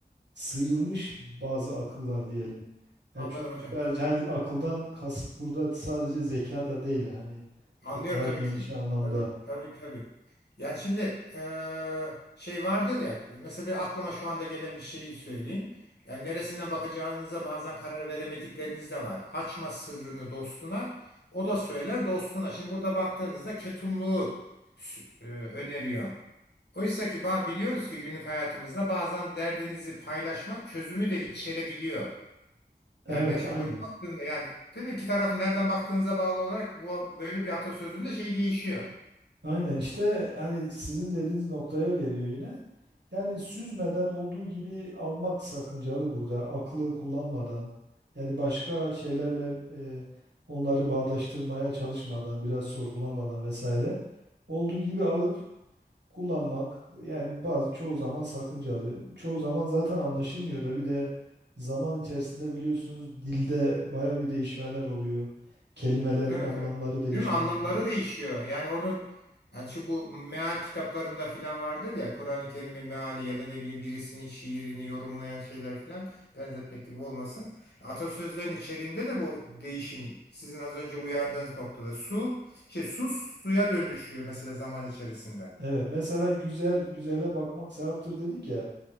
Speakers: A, on the right (about 85°); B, on the left (about 75°).
A: sıyrılmış bazı akıllar diyelim.
B: anladım
A: Ya çünkü
B: hocam.
A: sadece hani akıldan kasıt burada sadece zeka da değil hani çok
B: Anlıyorum
A: daha
B: tabii
A: geniş
B: ki.
A: anlamda.
B: Tabii tabii tabii. Yani şimdi eee, şey vardır ya mesela bir aklıma şu anda gelen bir şeyi söyleyeyim. Yani neresinden bakacağınıza bazen karar veremedikleriniz de var. Açma sırrını dostuna o da söyler dostuna. Şimdi burada baktığınızda ketumluğu sü- eee, öneriyor. Oysa ki ba- biliyoruz ki günlük hayatımızda bazen derdinizi paylaşmak çözümü de içerebiliyor.
A: Evet,
B: Yani ben şimdi
A: aynen.
B: böyle baktığımda yani değil mi İki tarafın nereden baktığınıza bağlı olarak bu böyle bir atasözünde şey değişiyor.
A: Aynen işte hani sizin dediğiniz noktaya geliyor yine. Yani süzmeden olduğu gibi almak sakıncalı burada. Aklı kullanmadan yani başka şeylerle e, onları bağdaştırmaya çalışmadan, biraz sorgulamadan vesaire olduğu gibi alıp kullanmak yani bazı çoğu zaman sakıncalı. Çoğu zaman zaten anlaşılmıyor da bir de zaman içerisinde biliyorsunuz dilde baya bir değişmeler oluyor. Kelimelerin
B: Evet
A: anlamları
B: evet.
A: değişebiliyor.
B: Değil mi? Anlamları değişiyor. Yani onun yani şu bu meal kitaplarında filan vardır ya Kur'an-ı Kerim'in meali ya da ne bileyim birisinin şiirini yorumlayan şeyler filan benzetmek gibi olmasın. Atasözlerin içeriğinde de bu değişim sizin az önce uyardığınız noktada su şey su suya dönüşüyor mesela zaman içerisinde.
A: Evet, mesela güzel güzele bakmak sevaptır dedik ya.